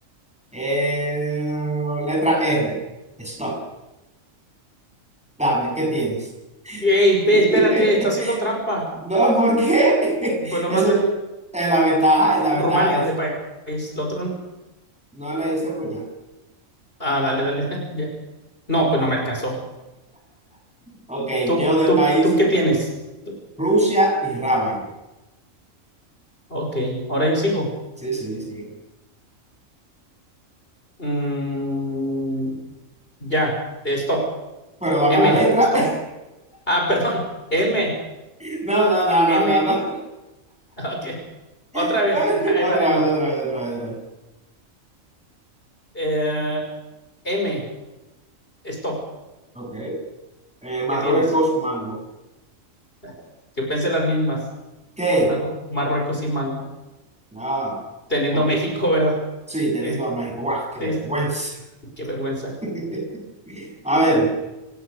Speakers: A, in the centre; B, on the left (about 45°).
A: Eh, letra R. Stop. Dame, ¿qué tienes?
B: Hey, espérate,
A: <laughs>
B: está haciendo trampa.
A: No, ¿por qué?
B: Pues
A: <laughs>
B: nomás
A: Esa
B: ve
A: es, es la ventaja, es la
B: Rumania
A: ventaja de...
B: de pa- país. Lo otro,
A: No le diste fruta.
B: ah, dale, dale. <laughs> Ya. No, pues no me alcanzó.
A: Ok,
B: ¿Tú,
A: yo de
B: tú,
A: país
B: tú qué tienes? Tú-
A: Rusia y rábano.
B: Ok, ahora yo sigo.
A: Sí, sí, sí.
B: Mm, ya, Eh, stop.
A: Pero dame
B: M,
A: la letra.
B: stop.
A: <laughs>
B: Ah, <laughs> perdón. M,
A: No, no, no, no,
B: M.
A: no, no.
B: Ok, otra
A: <laughs>
B: vez. <laughs> Ahí
A: Otra
B: va de nuevo.
A: vez, otra vez, otra vez, otra vez.
B: Eh, M, stop.
A: Ok. Eh, Marruecos,
B: ¿Qué tienes?
A: mango.
B: <laughs> Yo pensé las mismas.
A: ¿Qué?
B: Marru- Marruecos y Mango.
A: Ah,
B: Teniendo
A: ok.
B: México, <laughs> ¿verdad?
A: Sí, teniendo
B: Es-
A: a México. ¡Guau, qué
B: es-
A: vergüenza!
B: qué vergüenza.
A: <laughs> A ver.